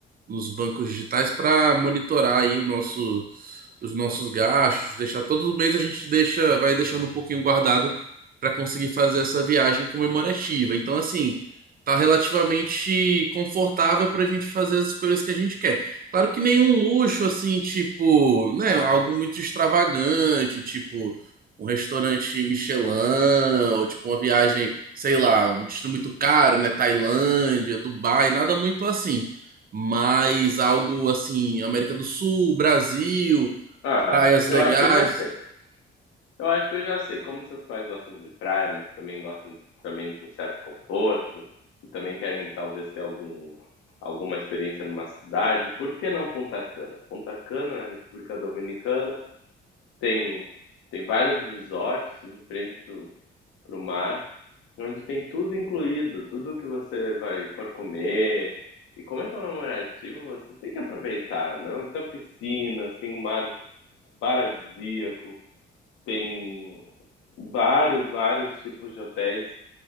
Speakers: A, on the right; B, on the left.
A: nos bancos digitais para monitorar aí o nosso, os nossos gastos, deixar todo mês a gente deixa, vai deixando um pouquinho guardado para conseguir fazer essa viagem comemorativa. Então, assim, tá relativamente confortável para a gente fazer as escolhas que a gente quer. Claro que nenhum luxo assim, tipo, né, algo muito extravagante, tipo um restaurante Michelin, ou tipo uma viagem, sei lá, um destino muito caro, né? Tailândia, Dubai, nada muito assim. Mas algo assim, América do Sul, Brasil,
B: Ah,
A: praias
B: eu
A: legais,
B: acho que eu já sei. Eu acho que eu já sei. Como seus pais gostam de praia, mas também gostam também de um certo conforto e também querem talvez ter algum, alguma experiência numa cidade, por que não Punta Cana? Punta Cana, na República Dominicana, tem, tem vários resorts de frente para o mar, onde tem tudo incluído, tudo que você vai for comer. E como é comemorativo, você tem que aproveitar, não? Então, piscinas, tem um mar paradisíaco, tem Vários, vários tipos de hotéis